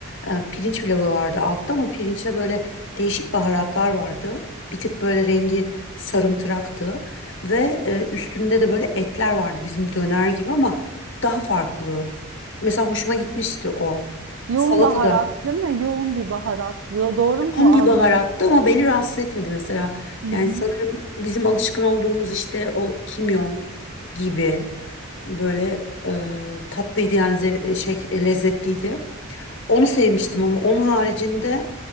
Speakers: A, on the left; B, on the right.
A: E, pirinç pilavı vardı altta ama pirinçte böyle değişik baharatlar vardı. Bir tık böyle rengi sarımtıraktı. Ve e, üstünde de böyle etler vardı bizim döner gibi ama daha farklı. Mesela hoşuma gitmişti o.
B: Yoğun
A: Salatada
B: baharat değil mi? Yoğun bir baharat. Do- Doğru mu
A: yoğun
B: algıladım?
A: bir baharattı ama beni rahatsız etmedi mesela.
B: Hı hı.
A: Yani sanırım bizim alışkın olduğumuz işte o kimyon gibi böyle e, tatlıydı yani ze- şey e, lezzetliydi. Onu sevmiştim ama onun haricinde